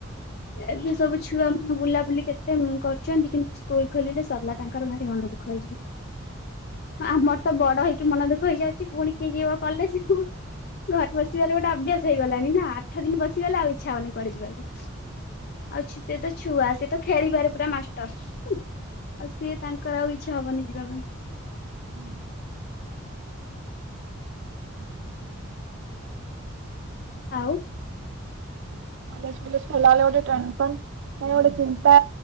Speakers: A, on the left; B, on the right.
A: ଏବେ ସବୁ ଛୁଆ ବୁଲାବୁଲି କେତେ କରୁଛନ୍ତି କିନ୍ତୁ ସ୍କୁଲ ଖୋଲିଲେ ସରିଲା ତାଙ୍କର ଭାରି ମନ ଦୁଃଖ ହେଇଯିବ। ହଁ ଆମର ତ ବଡ ହେଇକି ମନ ଦୁଃଖ ହେଇଯାଉଛି ପୁଣି କିଏ ଯିବ କଲେଜ୍ କୁ। ଘରେ ବସିବାର ଗୋଟେ ଅଭ୍ୟାସ ହେଇଗଲାଣି ନା ଆଠ ଦିନ ବସିଗଲେ ଆଉ ଇଚ୍ଛା ହବନି କୁଆଡ଼େ ଯିବାକୁ। ଅଉଛି ସେ ତ ଛୁଆ ସିଏ ତ ଖେଳିବାରେ ପୁରା ମାଷ୍ଟର। ହୁ ଆଉ ସିଏ ତାଙ୍କର ଆଉ ଇଚ୍ଛା ହବନି ଯିବା ପାଇଁ।
B: ହୁ ହୁଁ? <unintelligible> <inaudible>
A: ଆଉ?
B: ପାଲସ ପଲସ ଫଲା ଆଲା ଗୋଟେ ଟ୍ରା ପନ୍ <unintelligible> ନ ୟ ଗୋଟେ ଚିନ୍ତା